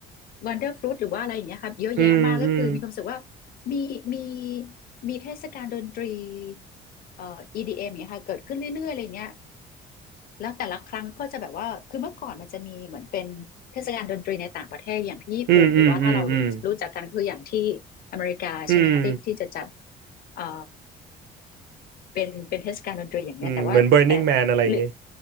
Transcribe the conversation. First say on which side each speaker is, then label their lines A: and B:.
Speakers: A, on the left (about 60°); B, on the right (about 75°).
A: Wonderfruit หรือว่าอะไรอย่างเงี้ยค่ะ เยอะแยะมากก็คือมีความรู้สึกว่า
B: อืมอืม
A: มีมีมีเทศกาลดนตรีเอ่อ EDM อมอย่างเงี้ยค่ะเกิดขึ้นเรื่อยๆอะไรเงี้ย แล้วแต่ละครั้งก็จะแบบว่าคือเมื่อก่อนมันจะมีเหมือนเป็นเทศกาลดนตรีในต่างประเทศอย่างที่ญี่ปุ่นหรือว่าถ้าเรารู้รู้จักกันคืออย่างที่
B: อืมอืมอืมอืม
A: อเมริกาใช่ไหมคะที่ที่จะจัด
B: อืม
A: เอ่อเป็นเป็นเทศกาลดนตรีอย่างเงี้ยแต่ว่าแต่
B: อืมเหมือน Burning Man อะไรอย่างงี้
A: หรือ